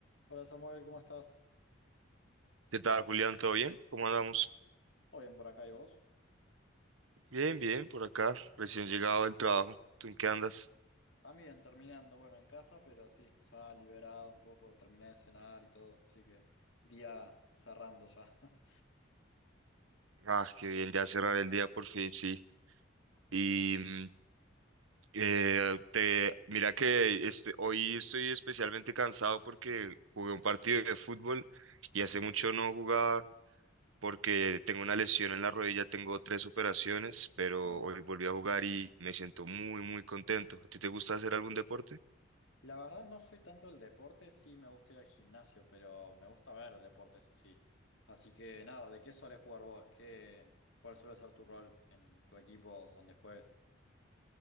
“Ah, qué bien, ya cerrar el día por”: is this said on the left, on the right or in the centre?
Right